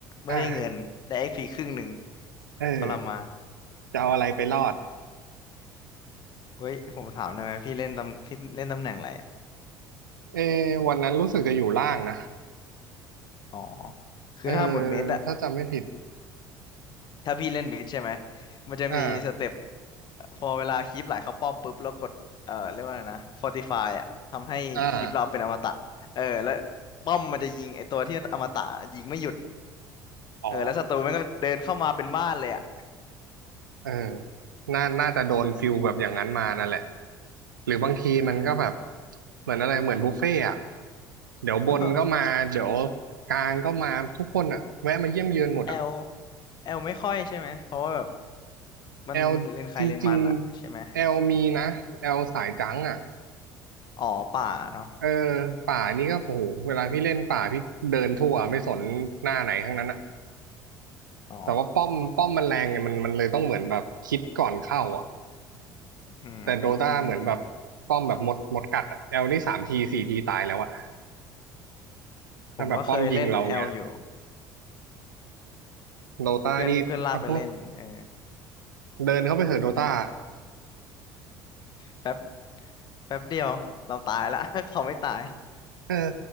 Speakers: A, on the left; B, on the right.
A: ไม่ได้เงินได้เอ็กพีครึ่งหนึ่ง
B: อ่าเออ
A: ทรมาน
B: จะเอาอะไรไปรอด
A: <laughs> เฮ้ยผมถามหน่อยไหมพี่เล่นตำพี่เล่นตำแหน่งอะไรอะ
B: เออวันนั้นรู้สึกจะอยู่ล่างนะ
A: อ๋อคือถ้าหมดเม็ดอะ
B: เออถ้าจำไม่ผิด
A: ถ้าพี่เล่นเม็ดใช่ไหมมันจะมีสเต็ป
B: อ่า
A: พอเวลาคลิปไหลเข้าป้อมปุ๊บแล้วกดเอ่อเรียกว่าอะไรนะ Fortify อะทำให้คลิปเราเป็นอมตะเออแล้ว
B: อ่า
A: ป้อมมันจะยิงไอตัวที่อมตะยิงไม่หยุด
B: อ๋อ
A: เออแล้วศัตรูมันก็เดินเข้ามาเป็นบ้านเลยอะ
B: เออน่าน่าจะโดนฟิลแบบอย่างนั้นมานั่นแหละหรือบางทีมันก็แบบ
A: <laughs> เออ
B: เหมือนอะไรเหมือนบุฟเฟ่ต์อะเดี๋ยวบนก็มาเดี๋ยว
A: <laughs>
B: กลางก็มาทุกคนอะแวะมาเยี่ยมเยือนหมดอะ
A: แอลแอลไม่ค่อยใช่ไหมเพราะว่าแบบมันเลนใครเลนมันอะใช่ไหม
B: แอลจริงๆแอลมีนะแอลสายจังอะ
A: อ๋อป่าเนาะ
B: เออป่านี่ก็โอ้โหเวลาพี่เล่นป่าพี่เดินทั่วไม่สนหน้าไหนทั้งนั้นอะ
A: อ๋อ
B: แต่ว่าป้อมป้อมมันแรงไงมันมันเลยต้องเหมือนแบบคิดก่อนเข้าอะ
A: อืมอืม
B: แต่โดตาเหมือนแบบป้อมแบบมดมดกัดอะแอลนี่สามทีสี่ทีตายแล้วอะ
A: ผมก็เคยเล่นแอลอยู่
B: ถ้าแบบป้อมยิงเราอย่างเงี้ยโดตานี่เอา
A: เพื่อนเพื่อนลากไปเล่นเออ
B: เดินเข้าไปเถอะโดตา
A: แป๊บแป๊บเดียวเราตายละ <laughs> เขาไม่ตาย
B: เออ